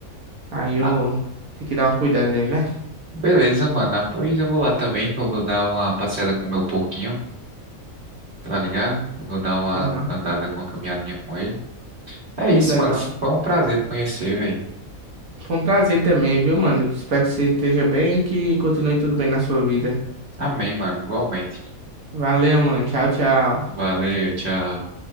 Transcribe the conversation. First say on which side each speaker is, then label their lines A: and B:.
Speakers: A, on the right; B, on the right.
A: Aí eu
B: Ah,
A: tenho que dar uma cuidada dele, né?
B: beleza, mano. Ah, pois eu vou lá também, que eu vou dar uma passeada com o meu porquinho, tá ligado? Eu Vou dar uma
A: Aham.
B: andada, uma caminhadinha com ele. É
A: Que
B: isso,
A: legal.
B: mano. Foi um prazer te conhecer, velho.
A: Foi um prazer também, viu, mano? Espero que você esteja bem e que continue tudo bem na sua vida.
B: Amém, mano. Igualmente.
A: Valeu, mano. Tchau, tchau.
B: Valeu, tchau.